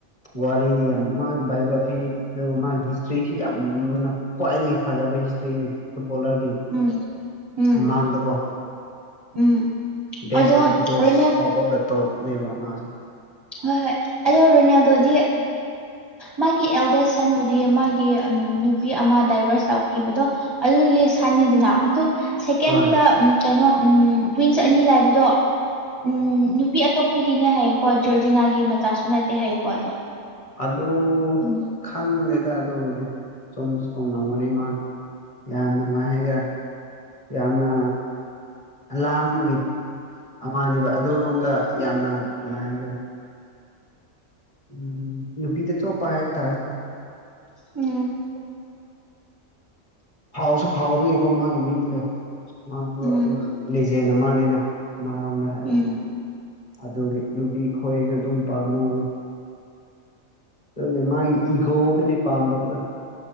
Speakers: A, on the left; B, on the right.
A: ꯋꯥꯔꯤꯗꯤ ꯌꯥꯝ ꯃꯥꯟꯕꯥꯏꯑꯣꯒ꯭ꯔꯥꯐꯤ ꯑꯗꯨꯒ ꯃꯥ ꯍꯤꯁꯇ꯭ꯔꯤꯁꯤ ꯌꯥꯝꯅ ꯈ꯭ꯋꯥꯏꯗꯒꯤ ꯐꯖꯕ ꯍꯤꯁꯇ꯭ꯔꯤꯅꯤ ꯐꯨꯠꯕꯣꯂꯔꯒꯤ
B: ꯎꯝ ꯎꯝ
A: ꯃꯃꯥꯡꯗꯀꯣ
B: ꯎꯝ
A: ꯕꯦꯁ
B: ꯑꯗꯣ
A: ꯑꯣꯐ ꯕꯦꯁ
B: ꯔꯣꯅꯦ
A: ꯇꯣꯄ ꯑꯣꯐ ꯗ ꯇꯣꯄ ꯅꯦ ꯃꯁꯦ
B: ꯍꯣꯏ ꯍꯣꯏ ꯑꯗꯣ ꯔꯣꯅꯦꯜꯗꯣꯗꯤ ꯃꯥꯒꯤ ꯑꯦꯜꯗꯦꯁ ꯁꯟꯕꯨꯗꯤ ꯃꯥꯒꯤ ꯅꯨꯄꯤ ꯑꯃ ꯗꯥꯏꯚꯔꯁ ꯇꯧꯈꯤꯕꯗꯣ ꯑꯗꯨꯒꯤ ꯁꯅꯤꯗꯨꯅ ꯑꯗꯨ ꯁꯦꯀꯦꯟꯗ
A: ꯍꯣꯏ
B: ꯀꯩꯅꯣ ꯎꯝ ꯇ꯭ꯋꯤꯟꯁ ꯑꯅꯤ ꯂꯥꯏꯕꯗꯣ ꯎꯝ ꯅꯨꯄꯤ ꯑꯇꯣꯞꯄꯒꯤꯅꯦ ꯍꯥꯏꯌꯦꯀꯣ ꯖꯣꯔꯖꯤꯅꯥꯒꯤ ꯃꯆꯥꯁꯨ ꯅꯠꯇꯦ ꯍꯥꯏꯌꯦꯀꯣ ꯑꯗꯣ
A: ꯑꯗꯨ
B: ꯎꯝ
A: ꯈꯪꯗꯦꯗ ꯑꯗꯨꯕꯨꯗꯤ ꯆꯨꯝꯁꯨ ꯆꯨꯝꯂꯝꯒꯅꯤ ꯃꯥꯜ ꯌꯥꯝꯅ ꯀꯃꯥꯏ ꯍꯥꯏꯒꯦꯔꯥ ꯌꯥꯝꯅ ꯂꯥꯡꯕꯒꯤ ꯑꯃꯅꯦꯕ ꯑꯗꯨꯔꯣꯝꯗ ꯌꯥꯝꯅ ꯀꯃꯥꯏ ꯍꯥꯏꯒꯦꯔꯥ ꯎꯝ ꯅꯨꯄꯤꯗ ꯆꯣꯞꯄ ꯍꯥꯏꯕ ꯇꯥꯔꯦ
B: ꯎꯝ
A: ꯐꯥꯎꯁꯨ ꯐꯥꯎꯕꯒꯤꯀꯣ ꯃꯥꯒꯤ ꯃꯤꯡꯗꯣ ꯃꯥꯗꯣ
B: ꯎꯝ
A: ꯑꯗꯨꯝ ꯂꯤꯖꯦꯟ ꯑꯃꯅꯤꯅ ꯃꯥꯔꯣꯝꯗ ꯍꯥꯏꯔꯗꯤ
B: ꯎꯝ
A: ꯑꯗꯨꯒꯤ ꯅꯨꯄꯤ ꯈꯣꯏ ꯑꯗꯨꯝ ꯄꯥꯝꯃꯦ ꯑꯗꯨ ꯃꯥꯒꯤ ꯏꯒꯣꯗꯨꯅꯦ ꯄꯥꯝꯗꯕꯗꯣ